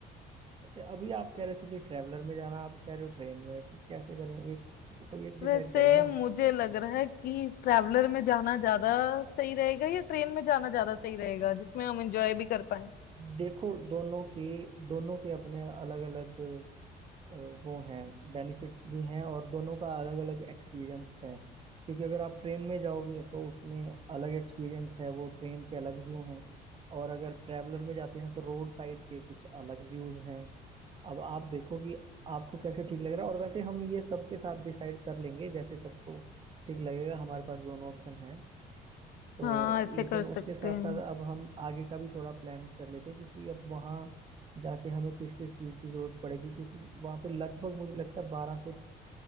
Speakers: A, on the right; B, on the left.
A: जैसे अभी आप कह रहे थे कि ट्रैवलर में जाना आप कह रहे हो ट्रेन में फिर कैसे करें एक कोई एक
B: वैसे
A: डिसाइड करो ना
B: मुझे लग रहा है कि ट्रैवलर में जाना ज्यादा सही रहेगा या ट्रेन में जाना ज्यादा सही रहेगा जिसमें हम एंजॉय भी कर पाए
A: देखो दोनों के दोनों के अपने अलग अलग अ, वो हैं बेनिफिट्स भी हैं और दोनों का अलग अलग एक्सपीरियंस है क्योंकि अगर आप ट्रेन में जाओगे तो उसमें अलग एक्सपीरियंस है वो ट्रेन के अलग व्यू हैं और अगर ट्रैवलर में जाते हैं तो रोड साइड के कुछ अलग व्यूज हैं अब आप देखो कि आपको कैसे ठीक लग रहा है और वैसे हम ये सबके साथ डिसाइड कर लेंगे जैसे सबको ठीक लगेगा हमारे पास दोनों ऑप्शन है तो
B: हाँ ऐसे
A: लेकिन
B: कर सकते
A: उसके साथ
B: हैं
A: साथ अब हम आगे का भी थोड़ा प्लान कर लेते हैं क्योंकि अब वहाँ जाके हमें किस किस चीज़ की जरूरत पड़ेगी क्योंकि वहाँ पे लगभग मुझे लगता है बारह से